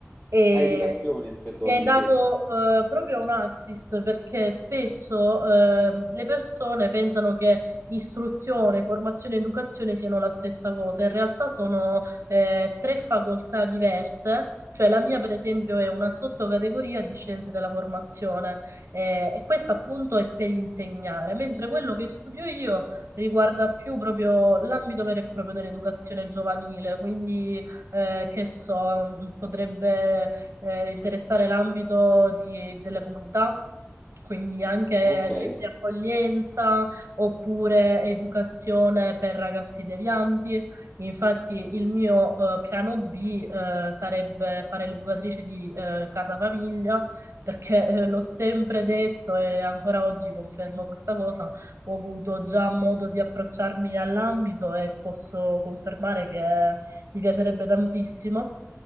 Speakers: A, on the right (about 65°); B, on the left (about 40°).
A: e
B: Ah, educazione, perdonami,
A: mi hai dato
B: sì.
A: eh, proprio un assist perché spesso ehm, le persone pensano che istruzione, formazione e educazione siano la stessa cosa. In realtà sono eh, tre facoltà diverse, cioè la mia per esempio è una sottocategoria di scienze della formazione eh, e questa appunto è per insegnare, mentre quello che studio io riguarda più proprio l'ambito vero e proprio dell'educazione giovanile, quindi eh, che so, potrebbe eh, interessare l'ambito di- delle comunità, quindi anche
B: Ok.
A: centri accoglienza oppure educazione per ragazzi devianti. Infatti il mio eh, piano B eh, sarebbe fare l'educatrice di eh, casa famiglia, perché eh, l'ho sempre detto e ancora oggi confermo questa cosa ho avuto già modo di approcciarmi all'ambito e posso confermare che mi piacerebbe tantissimo.